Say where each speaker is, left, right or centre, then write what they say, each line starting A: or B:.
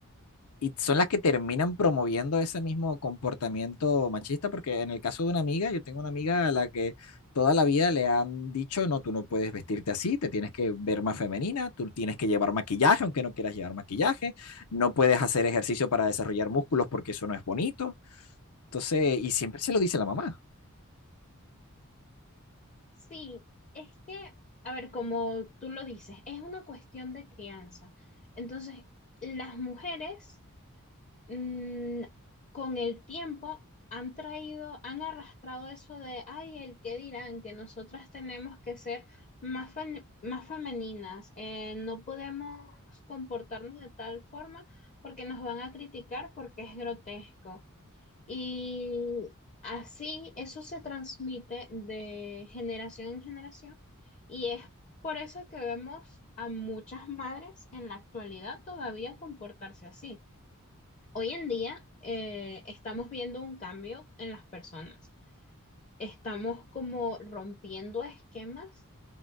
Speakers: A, on the left; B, on the left.
A: Y son las que terminan promoviendo ese mismo comportamiento machista, porque en el caso de una amiga, yo tengo una amiga a la que toda la vida le han dicho, no, tú no puedes vestirte así, te tienes que ver más femenina, tú tienes que llevar maquillaje, aunque no quieras llevar maquillaje, no puedes hacer ejercicio para desarrollar músculos porque eso no es bonito. Entonces, y siempre se lo dice la mamá.
B: Sí, es que, a ver, como tú lo dices, es una cuestión de crianza. Entonces, las mujeres mm, con el tiempo han traído, han arrastrado eso de, ay, el que dirán, que nosotras tenemos que ser más, fem- más femeninas, eh, no podemos comportarnos de tal forma porque nos van a criticar porque es grotesco. Y así eso se transmite de generación en generación y es por eso que vemos a muchas madres en la actualidad todavía comportarse así. Hoy en día eh, estamos viendo un cambio en las personas, estamos como rompiendo esquemas,